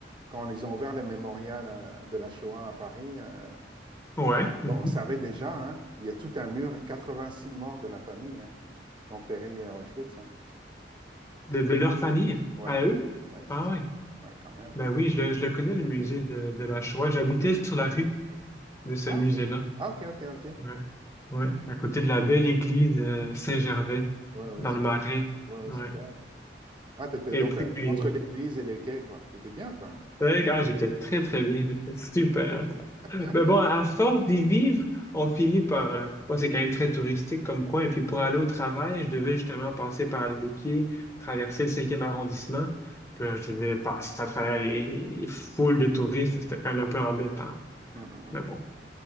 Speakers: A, on the right (about 30°); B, on the left (about 15°).
A: quand ils ont ouvert le mémorial euh, de la Shoah à Paris, euh,
B: Ouais. mhm.
A: bon, on savait déjà, hein, il y a tout un mur, 86 morts de la famille hein, qui ont péri à Auschwitz. hein.
B: De, de leur famille,
A: Ouais,
B: à eux?
A: ouais, c'est
B: Ah
A: ça.
B: ouais.
A: Ouais, quand même,
B: Ben
A: ouais.
B: oui, je, le- je le connais, le musée de, de
A: Mm,
B: la
A: mm.
B: Shoah. J'habitais sur la rue de ce
A: Ah,
B: musée-là.
A: ah, ok, ok, ok.
B: Ouais. Ouais, à côté de la belle église euh,
A: Ouais,
B: Saint-Gervais,
A: ouais, ouais, ouais,
B: dans
A: super.
B: le Marais.
A: Ouais, ouais,
B: Ouais.
A: super. Ah, t'étais
B: Et
A: donc
B: puis,
A: Et- euh, entre
B: euh,
A: l'église et les quais, quoi. T'étais bien, toi. hein?
B: ouais, ah, j'ai peut-être très, très bien. C'était super.
A: <laughs>
B: hein? Mais bon, à force d'y vivre, on finit par... euh, bon, c'est quand même très touristique comme coin. Et puis pour
A: Oui.
B: aller
A: Ouais.
B: au travail, je devais justement passer par les quais, traverser le cinquième arrondissement. Puis là, je devais passer à travers les foules de touristes. C'était quand même un peu embêtant.
A: Mm, mm,
B: Mais bon,
A: mm.